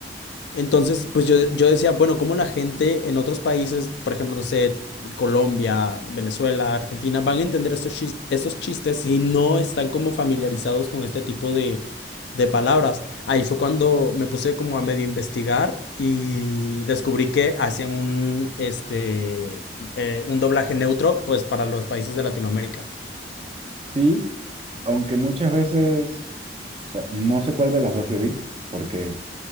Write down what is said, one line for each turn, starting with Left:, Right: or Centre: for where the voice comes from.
Left: Entonces, pues yo, yo decía, bueno, cómo la gente en otros países, por ejemplo, no sé, Colombia, Venezuela, Argentina, van a entender estos chis- estos chistes si no están como familiarizados con este tipo de, de palabras. Ahí fue cuando me puse como a medio investigar y descubrí que hacían un, este, eh, un doblaje neutro, pues para los países de Latinoamérica.
Right: Sí, aunque muchas veces, o sea, no sé cuál de las dos yo vi, porque